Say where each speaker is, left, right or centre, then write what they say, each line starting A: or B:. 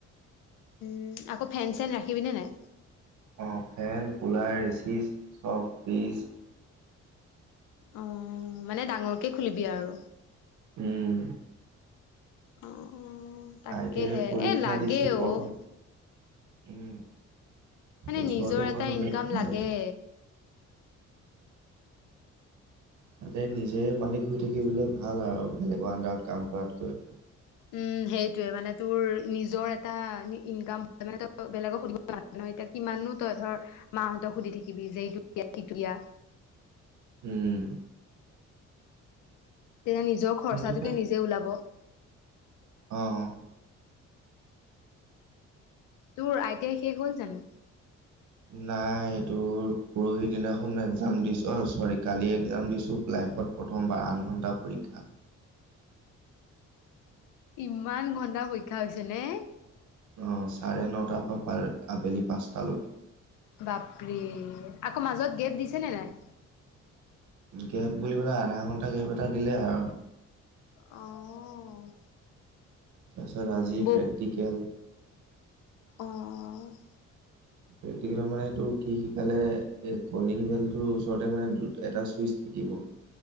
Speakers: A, on the left (about 85°); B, on the right (about 70°).
A: উম, আকৌ ফেন চেন ৰাখিবিনে নাই?
B: অ', ফেন, কুলাৰ, এচিজ চব ফ্ৰিজ
A: অ', মানে ডাঙৰকে খুলিবি আৰু?
B: উম।
A: অ', তাকেহে
B: আই টি আই পৰীক্ষা
A: এ, লাগে
B: দিছো পঢ়া
A: অ'।
B: উম,
A: মানে
B: ওচৰতে
A: নিজৰ
B: এখন
A: এটা
B: হ'লে
A: ইনকাম
B: ভাল।
A: লাগে
B: তাতে নিজে মালিক হৈ থাকিবলৈ ভাল আৰু বেলেগৰ আণ্ডাৰত কাম কৰাতকৈ।
A: উম, সেইটোয়ে মানে তোৰ নিজৰ এটা ইনকাম <unintelligible> মানে <unintelligible> বেলেগক সুধিব <unintelligible> নহয় এতিয়া কিমাননো তই ধৰ মাহঁতক সুধি থাকিবি যে এইটো দিয়া সিটো দিয়া।
B: উম।
A: তেতিয়া নিজৰ খৰচাটোকে
B: সেইটো
A: নিজে ওলাব।
B: অ', অ'।
A: তোৰ আই টি আই শেষ হ'ল জানো?
B: নাই এইটোৰ পৰহি দিনাখন এক্জাম দিছোঁ। অ', চৰি কালি এক্জাম দিছোঁ। লাইফত প্ৰথমবাৰ আঠ ঘণ্টা পৰীক্ষা।
A: ইমান ঘন্টা পৰীক্ষা হৈছে নে?
B: অ', চাৰে নটাৰ পৰা পাৰ আবেলি পাঁচটালৈ।
A: বাপৰে আকৌ মাজত গেপ দিছে নে নাই?
B: গেপ বুলিবলে আধা ঘণ্টা গেপ এটা দিলে আৰু।
A: অ'।
B: তাৰপিছত আজি
A: বহ
B: প্ৰেক্টিকেল।
A: অ'।
B: প্ৰেক্টিকেলত মানে তোৰ কি শিকালে এই কলিং বেলটোৰ ওচৰতে মানে দুট এটা ছুইচ থাকিব। <inaudible>